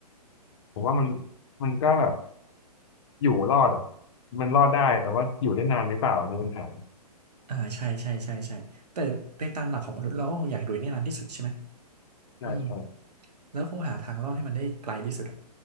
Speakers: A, on the left (about 45°); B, on the right (about 75°).
A: ผมว่ามันมันก็แบบอยู่รอดอ่ะมันรอดได้แต่ว่าอยู่ได้นานหรือเปล่าอันนี้เป็นปัญหา
B: อ่าใช่ใช่ใช่ใช่แต่ในตามหลักของมนุษย์เราก็คงอยากรวยแน่นอนที่สุดใช่ไหม
A: ใช่ใช่
B: อืมแล้วคงหาทางรอดให้มันได้ไกลที่สุดอะ